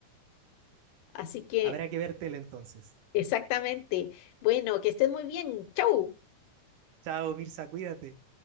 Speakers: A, on the left; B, on the right.
A: Así que,
B: Habrá que ver tele entonces.
A: exactamente. Bueno, que estés muy bien. Chau.
B: Chao, Mirza, cuídate.